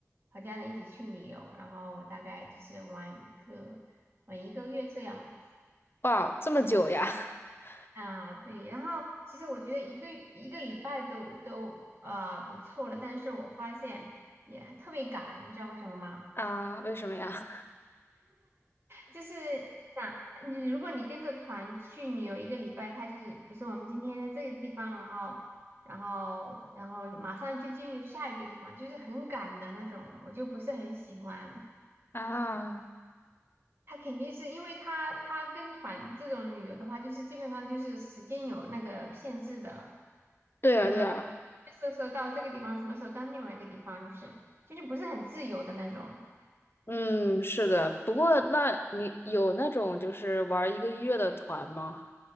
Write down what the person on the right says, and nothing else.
和家人一起去旅游，然后大概就是玩一个玩一个月这样
啊，对，然后其实我觉得一个一个礼拜都都啊、不错了，但是我发现也还特别赶，你知道为什么吗？
就是我想你如果你跟着团去，你有一个礼拜，他就是比如说我们今天在这个地方，然后然后然后马上就进入下一个地方，就是很赶的那种，我就不是很喜欢。
他肯定是因为他他跟团这种旅游的话，就是基本上就是时间有那个限制的。
你说这时候到这个地方，什么时候到另外一个地方，就是就是不是很自由的那种